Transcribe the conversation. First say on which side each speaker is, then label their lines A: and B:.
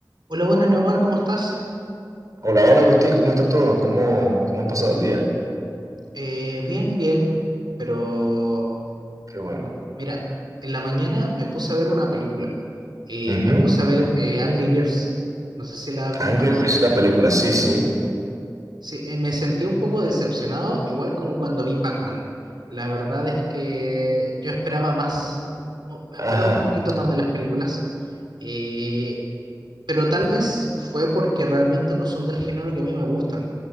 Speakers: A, on the right; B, on the right.
A: Hola, buenas, Neomar, ¿cómo estás?
B: Hola, hola Agustín, ¿cómo está todo? ¿Cómo, cómo has pasado el día?
A: Eh, bien, bien, pero
B: Qué bueno.
A: mira, en la mañana me puse a ver una película. Eh,
B: Ujú.
A: me puse a ver eh, Angry Birds. No sé si la has visto.
B: Angry Birds, la película, sí, sí.
A: Sí, eh, me sentí un poco decepcionado, igual como cuando vi Pac-Man. La verdad es que yo esperaba más, o- esperaba
B: Ajá.
A: un poquito más de las películas, eh, pero tal vez fue porque realmente no son del género que a mí me gustan.